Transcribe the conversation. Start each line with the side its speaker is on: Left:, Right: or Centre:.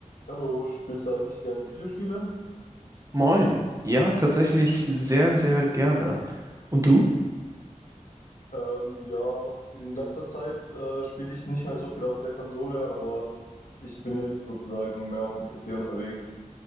Left: Hallo, spielst du eigentlich gerne Videospiele?
Right: Moin. Ja, tatsächlich sehr, sehr gerne. Und du?
Left: Ähm, ja, in letzter Zeit äh, spiele ich nicht mehr so viel auf der Konsole, aber ich bin jetzt sozusagen mehr auf dem PC unterwegs.